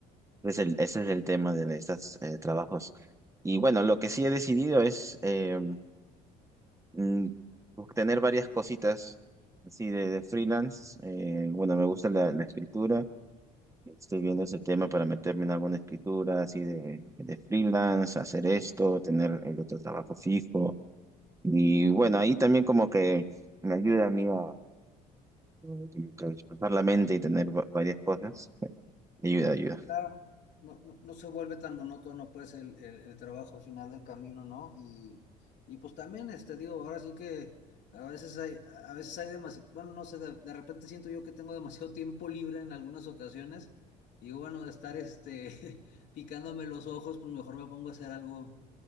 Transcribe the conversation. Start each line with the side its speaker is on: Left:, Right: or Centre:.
Right: Es el, ese es el tema de estos eh, trabajos. Y bueno, lo que sí he decidido es eh, mm, tener varias cositas así de, de freelance. Eh, bueno, me gusta la, la escritura. Estoy viendo ese tema para meterme en alguna escritura así de, de freelance, hacer esto, tener el otro trabajo fijo. Y bueno, ahí también como que me ayuda a mí a, como que despejar la mente y tener va- varias cosas. Ayuda, ayuda.
Left: Claro, no, no, no se vuelve tan monótono pues el, el- el trabajo al final del camino, ¿no? Y, y pues también, este, digo, ahora sí que a veces hay, a veces hay demasiado, bueno, no sé, de, de repente siento yo que tengo demasiado tiempo libre en algunas ocasiones y digo, bueno, de estar, este, <laughs> picándome los ojos, pues mejor me pongo a hacer algo,